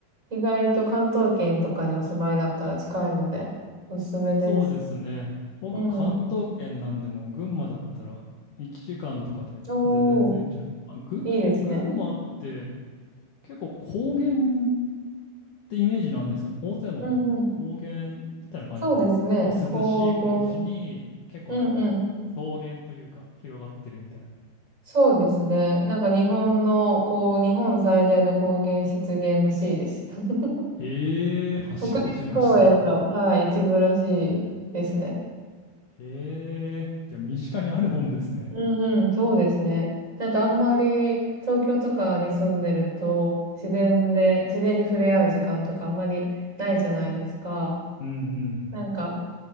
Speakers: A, on the right; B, on the left.
A: 意外と関東圏とかにお住まいだったら近いので、おすすめです。
B: そうですね。僕、
A: うん。
B: 関東圏なんでも、群馬だったら、1時間とかで全然着いちゃう。
A: おー、
B: まあ、群馬、
A: いいですね。
B: え群馬って、結構高原ってイメージなんですけど、大勢も高原みたいな感じなんですか結構涼しい高地に、
A: うんうん。そうですね。高原。
B: 結構なんか、
A: うんうん。
B: 草原というか、広がってるみたいな。
A: そうですね。なんか日本の、こう、日本最大の高原湿原らしいです。<laughs>
B: へえ、初めて知りました。
A: 国立公園の、はい、一部らしいですね。
B: へえ、いや、身近にあるもんですね。
A: うんうん、そうですね。なんかあんまり東京とかに住んでると自然で、自然に触れ合う時間とかあんまりないじゃないですか。
B: うんうん。
A: なんか、